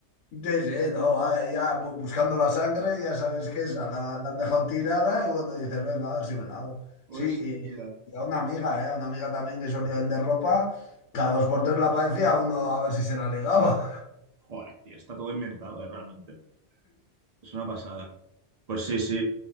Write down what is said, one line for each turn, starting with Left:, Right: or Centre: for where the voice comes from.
Left: Sí, sí, no, va, ya bu- buscando la sangre, ya sabes que esa la, la han dejado tirada y bueno, dices, venga, a ver si me la hago.
Right: Hostia.
Left: Sí, y, y a una amiga, ¿eh? A una amiga también que solía vender ropa, cada dos por tres la aparecía uno a ver si se la ligaba.
Right: Joder, tío, está todo inventado, eh, realmente. Es una pasada. Pues sí, sí,